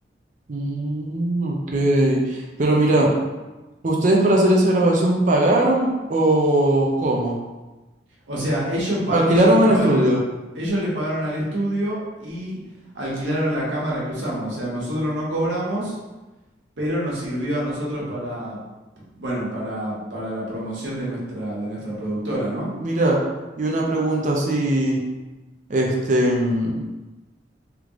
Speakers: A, on the right; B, on the right.
A: Mm, ok, pero mira, ¿ustedes para hacer esa grabación pagaron o cómo?
B: O sea, ellos, pa-
A: ¿Alquilaron
B: ellos, le
A: el
B: pagaron
A: estudio?
B: al, ellos le pagaron al estudio y alquilaron la cámara que usamos. O sea, nosotros no cobramos, pero nos sirvió a nosotros para, bueno, para, para la promoción de nuestra, de nuestra productora, ¿no?
A: Mira, y una pregunta así, este, en-